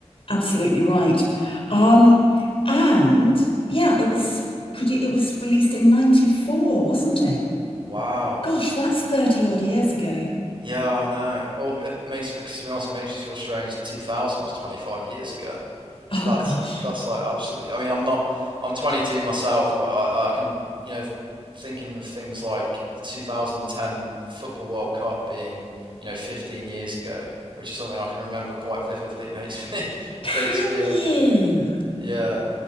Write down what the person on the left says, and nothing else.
absolutely right. Um, and yeah, it was produ- it was released in 94, wasn't it?
Gosh, that's 30 odd years ago.
Oh
gosh.
Can
you?